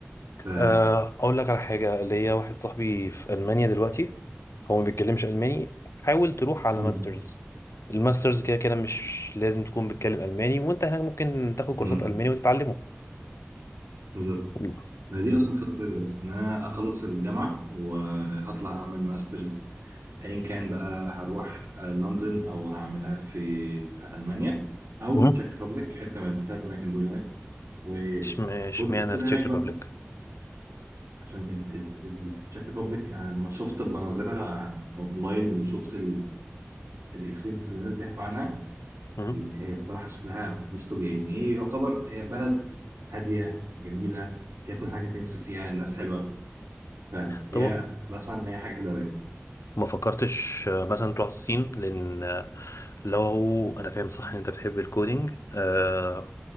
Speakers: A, on the right; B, on the left.
A: ف
B: آه اقول لك على حاجه ليا واحد صاحبي في المانيا دلوقتي هو ما بيتكلمش الماني حاول تروح على
A: مم.
B: ماسترز الماسترز كده كده مش لازم تكون بتتكلم الماني وانت هناك ممكن تاخد كورسات
A: مم.
B: الماني وتتعلمه
A: بالظبط
B: مم.
A: ما هي دي اصلا الخطه بتاعتي دلوقتي ان انا اخلص الجامعه وهطلع اعمل ماسترز ايا كان بقى هروح آه، لندن او هعملها في في المانيا او
B: مهم.
A: التشيك ريبابليك حته من الثلاث اماكن دول يعني وفضل
B: اشم- اشمعنى
A: فضل
B: التشيك
A: هناك
B: ريبابليك
A: بقى عشان ال- ال- ال- التشيك ريبابليك انا لما شفت مناظرها اونلاين وشفت الاكسبيرينسز اللي الناس بيحكوا عنها
B: مم.
A: هي هي الصراحه شكلها مش طبيعي هي يعتبر هي بلد هاديه جميله فيها كل حاجه انت نفسك فيها الناس حلوه فهي
B: طب
A: بسمع ان هي حاجه حلوه قوي
B: ما فكرتش آه، مثلا تروح الصين لان آه، لو انا فاهم صح ان انت بتحب الكودينج آه،